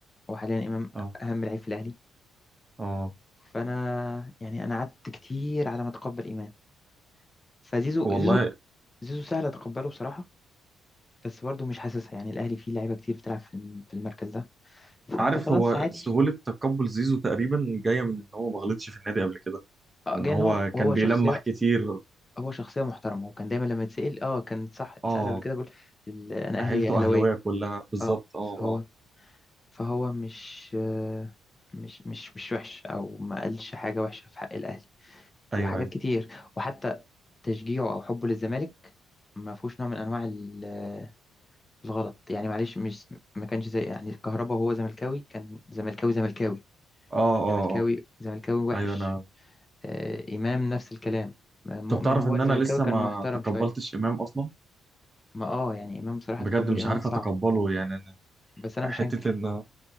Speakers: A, on the left; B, on the right.
A: وحاليا إمام
B: اه
A: أهم لعيب في الأهلي
B: اه
A: فأنا يعني أنا قعدت كتير على ما أتقبل إمام فزيزو
B: والله
A: زيزو زيزو سهل اتقبله بصراحه بس برضه مش حاسسها يعني الاهلي فيه لعيبه كتير بتلعب في الم- في المركز ده فانت
B: عارف
A: خلاص
B: هو
A: عادي
B: سهولة تقبل زيزو تقريبا جاية من إن هو ما غلطش في النادي قبل كده
A: آه،
B: وإن
A: جاي
B: هو
A: ان هو هو
B: كان بيلمح
A: شخصيه
B: كتير
A: هو شخصيه محترمه وكان دايما لما يتسال اه كان صح اتسال
B: آه
A: قبل كده بيقول ال- انا اهلي
B: عيلته
A: اهلاويه
B: أهلاوية كلها بالظبط
A: اه
B: آه
A: فهو
B: آه
A: فهو مش آه، مش مش مش وحش او ما قالش حاجه وحشه في حق الاهلي
B: أيوه
A: وحاجات
B: أيوه
A: كتير وحتى تشجيعه او حبه للزمالك ما فيهوش نوع من انواع ال- الغلط يعني معلش مش ما كانش زي يعني الكهرباء وهو زملكاوي كان زملكاوي زملكاوي
B: آه آه
A: زملكاوي
B: آه
A: زملكاوي وحش
B: أيوه أنا
A: آه إمام نفس الكلام آه، مؤمن
B: طب تعرف
A: وهو
B: إن
A: زملكاوي
B: أنا لسه
A: كان
B: ما
A: محترم
B: تقبلتش
A: شوية
B: إمام أصلا
A: ما اه يعني إمام بصراحة
B: بجد
A: تقبل
B: مش
A: إمام
B: عارف
A: صعب
B: أتقبله يعني أنا
A: بس أنا
B: حتة
A: مش هنكر
B: إن